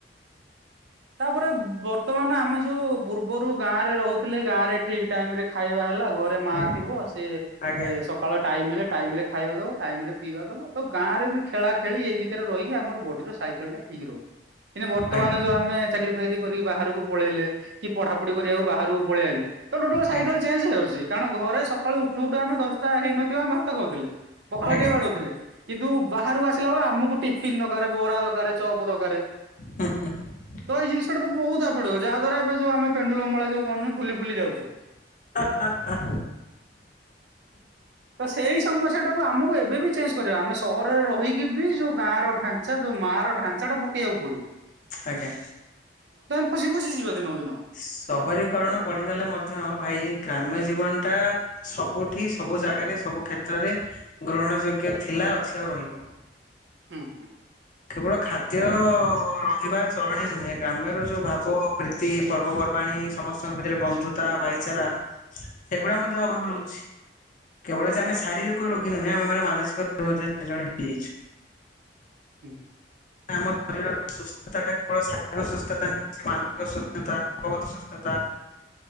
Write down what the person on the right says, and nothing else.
ତାପରେ ବର୍ତ୍ତମାନ ଆମେ ଯୋଉ ପୂର୍ବରୁ ଗାଁରେ ରହୁଥିଲେ ଗାଁ ରେ ଠିକ ଟାଇମ ରେ ଖାଇବା ହେଲା ଘରେ ମା
ଥିବ ଶ୍ ସିଏ
ସକାଳ ଟାଇମରେ ଟାଇମ ରେ ଖାଇବାକୁ ଦବ ଟାଇମ ପିଇବା ଦେବ ତ ଗାଁରେ ବି ଖେଳା ଖେଳି ଏଇ ଭିତରେ ରହିକି ଆମର ବଡିର ସାଇକେଲଟା ଠିକ୍ ରହୁ ଇନେ ବର୍ତ୍ତମାନ
ଯୋଉ ଆମେ ଫେରି କରି ବାହାରକୁ ପଳେଇଲେ କି ପଢା ପଢି କରିବାକୁ ବାହାରୁକୁ ପଳେଇଲେ ତ ଟୋଟଲ ସାଇକଲ
ଚେଞ୍ ହେଇଯାଉଚି। ଜେଇ କାଣ ଘରେ ସ ସକାଳୁ ଉଠୁ ଉଠୁ ଆମେ ଦଶଟା ହେଇନଥିବ ଆମେ ଭାତ ଖାଉଥିଲେ ପଖାଳ
ଟିକେ ବାଡାଉଥିଲେ କିନ୍ତୁ ବାହାରୁ ଆସିଲା ବେଳେ ଆମକୁ ଟିଫ୍ ହିନ ଗାରେ ବରା ଦରକାରେ ଚପ ଦରକାରେ
ତ ଏଇ ଜିନ୍ଷଟା ତ ବହୁତ ଆପଡବ ଯାହା ଦ୍ୱାରା ଏବେ ଯଉ ଆମେ ପେଣ୍ଡୁଳ ଅମଳା ଯୋଉ କୁହୁନି ଫୁଲି ଫୁଲି ଯାଉଚେ।
ତ ସେଇ ସମସ୍ୟା ଟାକୁ ଆମକୁ ଏବେ ବି ଚେଞ୍ଜ କରିବା ଆମେ ସହରରେ ରହିକି ବି ଯୋଉ ଗାଁ ର ଢାଞ୍ଚା ଯୋଉ ମା ର ଢାଞ୍ ସେଟା ପକେଇବାକୁ ପଡିବ।
ପସି ପସି ଯିବା। ଦିନକୁ ଦିନ
ହୁଁ ହୁଁ
ହୁଁ